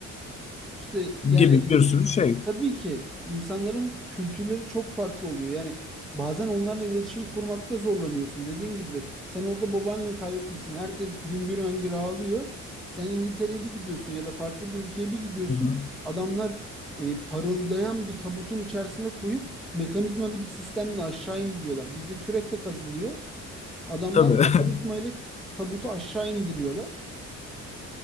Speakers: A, in the centre; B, on the left (about 25°).
A: İşte yani
B: gibi bir sürü şey.
A: Tabii ki insanların kültürleri çok farklı oluyor. Yani bazen onlarla iletişim kurmakta zorlanıyorsun. Dediğin gibi sen orada babaanneni kaybetmişsin. Herkes hüngür hüngür ağlıyor. Sen İngiltere'ye bir gidiyorsun ya da farklı bir ülkeye bir gidiyorsun.
B: Hı hı.
A: Adamlar e, parıldayan bir tabutun içerisine koyup mekanizmalı bir sistemle aşağı indiriyorlar. Bizde kürekle kazılıyor. Adamlar
B: Tabii.
A: mekanizmayla
B: <laughs>
A: tabutu aşağı indiriyorlar